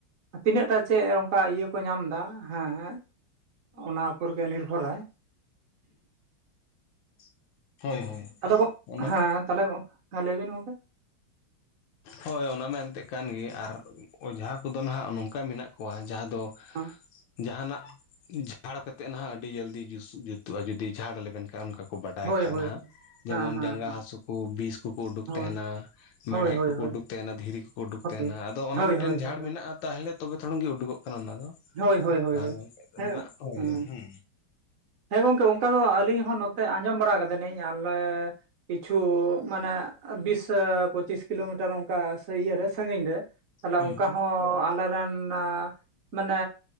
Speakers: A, on the right; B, on the left.
A: ᱛᱤᱱᱟᱹᱜ ᱴᱟ ᱪᱮᱫ ᱚᱱᱠᱟ ᱤᱭᱟᱹ ᱠᱚ ᱧᱟᱢᱫᱟ, ᱦᱮᱸ ᱚᱱᱟ ᱩᱯᱚᱨ ᱜᱮ ᱱᱤᱨᱵᱷᱚᱨᱟᱭ
B: <unintelligible> ᱦᱳᱭ
A: ᱟᱫᱚ ᱜᱚ
B: ᱚᱱᱟ
A: ᱦᱮᱸ ᱛᱟᱦᱞᱮ ᱜᱚᱝ ᱞᱟᱹᱭ ᱵᱤᱱ ᱜᱚᱝᱠᱮ?
B: ᱦᱳᱭ ᱚᱱᱟ ᱢᱟ ᱮᱱᱛᱜ ᱠᱟᱱᱜᱮ, ᱟᱨ ᱚᱡᱷᱟ ᱠᱚᱫᱚ ᱱᱟᱦᱟᱜ ᱱᱚᱝᱠᱟ ᱢᱮᱱᱟᱜ ᱠᱚᱣᱟ ᱡᱟᱦᱟᱸ ᱫᱚ,
A: ᱦᱮᱸ
B: ᱡᱟᱦᱟᱱᱟᱜ ᱡᱷᱟᱲ ᱠᱟᱛᱮ ᱱᱟᱦᱟᱜ ᱟᱹᱰᱤ ᱡᱟᱞᱫᱤ ᱡᱩᱥᱩ ᱡᱩᱛᱩᱜᱼᱟ, ᱡᱩᱫᱤ ᱡᱷᱟᱲ ᱞᱮᱵᱮᱱᱠᱷᱟᱱ ᱚᱱᱠᱟ, ᱵᱟᱰᱟᱭ
A: ᱦᱳᱭ
B: ᱠᱷᱟᱡ
A: ᱦᱳᱭ
B: ᱱᱟᱦᱟᱜ ᱡᱮᱢᱚᱱ
A: ᱦᱮᱸ ᱦᱮᱸ
B: ᱡᱟᱸᱜᱟ
A: ᱦᱮᱸ
B: ᱦᱟᱥᱩ ᱠᱚ, ᱵᱤᱥ ᱠᱚᱠᱚ ᱩᱰᱩᱠ
A: ᱦᱳᱭ
B: ᱛᱟᱦᱮᱱᱟ ᱢᱮᱲᱦᱮ
A: ᱦᱳᱭ ᱦᱳᱭ
B: ᱠᱚᱠᱩ
A: ᱦᱳᱭ
B: ᱩᱰᱩᱠ ᱛᱟᱦᱮᱱᱟ, ᱫᱷᱤᱨᱤ ᱠᱚᱠᱚ ᱩᱰᱩᱠ
A: ᱦᱳᱭ
B: ᱛᱟᱦᱮᱱᱟ, ᱟᱫᱚ ᱚᱱᱮ
A: ᱦᱳᱭ
B: ᱢᱤᱫᱴᱮᱱ
A: ᱦᱳᱭ
B: ᱡᱷᱟᱲ
A: ᱦᱳᱭ
B: ᱢᱮᱱᱟᱜᱼᱟ, ᱛᱟᱦᱞᱮ ᱛᱚᱵᱮ ᱛᱷᱚᱲᱚᱝ ᱜᱮ ᱩᱰᱩᱠᱚᱜ ᱠᱟᱱᱟ ᱚᱱᱟ ᱫᱚ᱾
A: ᱦᱳᱭ ᱦᱳᱭ ᱦᱳᱭ ᱦᱳᱭ
B: ᱟᱨ
A: ᱦᱳᱭ
B: ᱵᱟᱝᱠᱟᱱ ᱫᱚ
A: ᱦᱮᱸ
B: ᱱᱟᱦᱟᱜ, ᱦᱳᱭ
A: ᱦᱮᱸ
B: ᱦᱳᱭ ᱦᱩᱸ
A: ᱦᱮᱸ ᱜᱚᱝᱠᱮ ᱚᱱᱠᱟ ᱫᱚ ᱟᱹᱞᱤᱧ ᱦᱚᱸ ᱱᱚᱛᱮ, ᱟᱸᱡᱚᱢ ᱵᱟᱲᱟ ᱠᱟᱫᱟ ᱞᱤᱧ ᱟᱨᱞᱮ ᱠᱤᱪᱷᱩ ᱢᱟᱱᱮ ᱵᱤᱥ ᱮ ᱯᱚᱸᱪᱤᱥ ᱠᱤᱞᱳᱢᱤᱴᱟᱨ ᱚᱱᱠᱟ ᱤᱭᱟᱹᱨᱮ, ᱥᱟᱺᱜᱤᱧ ᱨᱮ, ᱛᱟᱦᱞᱮ
B: ᱦᱩᱸ
A: ᱚᱱᱠᱟ ᱦᱚᱸ ᱟᱞᱮᱨᱮᱱ ᱮ ᱢᱟᱱᱮ